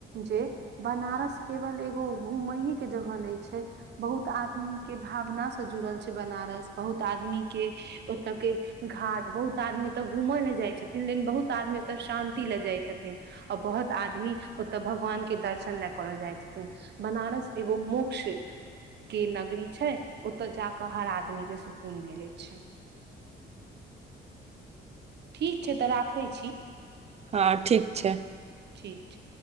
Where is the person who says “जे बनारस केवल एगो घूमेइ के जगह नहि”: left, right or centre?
Right